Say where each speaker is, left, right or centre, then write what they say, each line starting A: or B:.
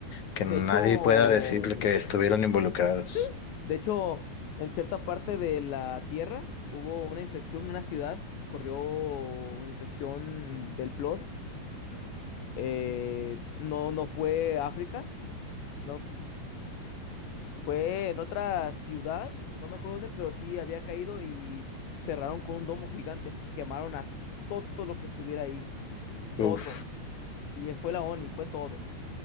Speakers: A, on the left; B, on the left.
A: que
B: de
A: nadie
B: hecho,
A: pueda decirle que estuvieron involucrados.
B: sí. De hecho, en cierta parte de la Tierra hubo una infección, una ciudad corrió infección del flood. Eh, no, no fue África, no, fue en otra ciudad, no me acuerdo dónde, pero sí había caído y cerraron con un domo gigante, quemaron a todo lo que estuviera ahí,
A: Uf,
B: todo. Y eh, fue la ONI, fue todo.